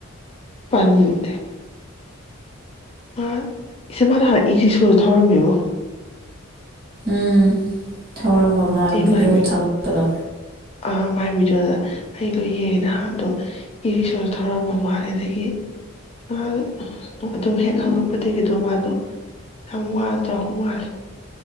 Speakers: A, on the left; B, on the right.
A: ꯄꯟꯇꯦ ꯃꯥ ꯏꯆꯦ ꯃꯥꯅ ꯅꯍꯥꯟ ꯏꯔꯤꯛꯁꯣ ꯊꯧꯔꯝꯃꯦꯕꯣ
B: ꯎꯝ ꯊꯧꯔꯝꯕ ꯃꯥꯜ
A: ꯑꯩ
B: ꯚꯤꯗꯤꯑꯣ
A: ꯃꯥꯏ
B: ꯊꯝꯉꯛꯄꯗꯣ
A: ꯑꯥ ꯃꯥꯏꯃꯤꯠꯇꯨꯗꯥ ꯑꯩꯗꯣ ꯌꯦꯡ ꯅꯍꯥꯟꯗꯣ ꯏꯔꯤꯁꯨꯁꯨ ꯊꯧꯔꯝꯃ ꯃꯥꯜꯂꯦ ꯑꯗꯒꯤ ꯃꯥꯗꯣ ꯑꯗꯨꯝ ꯍꯦꯛ ꯍꯪꯪꯂꯛꯄꯗꯒꯤ ꯑꯗꯨꯝ ꯃꯥꯗꯣ ꯌꯥꯝ ꯋꯥꯅ ꯇꯧꯔꯛꯄ ꯃꯥꯜꯂꯦ